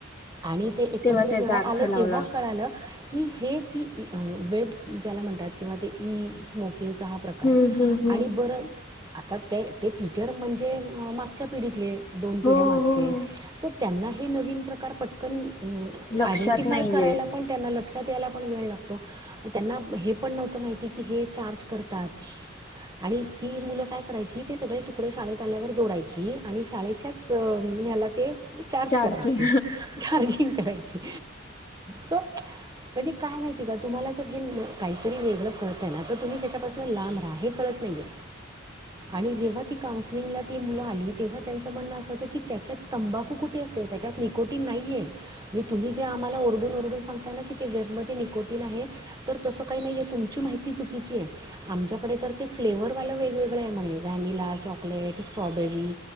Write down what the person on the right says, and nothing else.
आणि ते एकत्र
जेव्हा
आले
तेव्हा कळालं की हे ती ई अं वेब ज्याला म्हणतात किंवा ते ई स्मोकिंगचा हा प्रकार
आहे,
आणि बरं आता ते ते टीचर म्हणजे मागच्या पिढीतले दोन पिढ्या
मागचे
सो त्यांना हे नवीन प्रकार पटकन
आयडेंटिफाय
करायला पण त्यांना लक्षात यायला पण वेळ लाग तो त्यांना हे पण नव्हतं माहिती की हे चार्ज करतात. आणि ती मुलं काय करायची ते सगळे तुकडे शाळेत आल्यावर जोडायची आणि शाळेच्याच अं याला ते चार्ज
करायचे, चार्जिंग करायचे सो म्हणजे काय आहे माहिती का? तुम्हाला जर हे काहीतरी वेगळं कळतय आहे ना तर तुम्ही त्याच्यापासून लांब रहा हे कळत नाही आहे. आणि जेव्हा ती काउन्सलिंगला ती मुलं आली तेव्हा त्यांचं म्हणणं असं होतं की त्याच्यात तंबाखू कुठे अस त्याच्यात निकोटीन नाहीेये म्हणजे तुम्ही जे आम्हाला ओरडून ओरडून सांगताय ना की ते वेबमध्ये निकोट आहे तर तस काही नाही तुमची माहिती चुकीची आहे आमच्याकडे तर ते फ्लेवर्हरवाला वेगवेगळ आहे म्हणे व्हॅनिला चॉकलेट स्ट्रॉबेरी